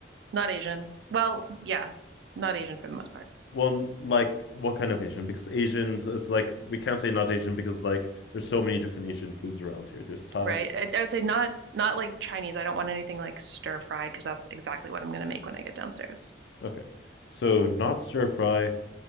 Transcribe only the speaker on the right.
Not Asian. Well, yeah, not Asian for the most part,
right? I, I would say not not like Chinese. I don't want anything like stir fried because that's exactly what I'm gonna make when I get downstairs.